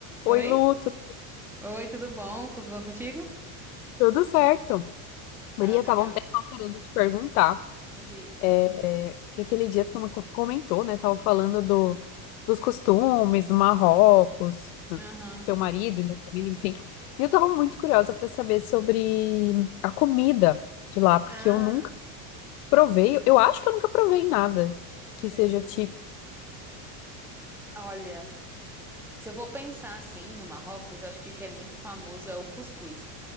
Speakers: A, in the centre; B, on the left.
A: Oi?
B: Oi, Lu, tu-
A: Oi, tudo bom? Tudo bom contigo?
B: tudo certo? Maria,
A: Ah, legal.
B: tava um tempo querendo te perguntar,
A: Me diz.
B: é, é, que aquele dia tu me co- comentou, né? Tava falando do, dos costumes do Marrocos, do
A: Aham.
B: teu marido e da família, enfim. E eu tava muito curiosa para saber sobre a comida de lá, porque
A: Ah,
B: eu nunca provei, eu acho que eu nunca provei nada
A: sei.
B: que seja tipo.
A: Olha, se eu vou pensar assim no Marrocos, acho que o que é muito famoso é o cuscuz.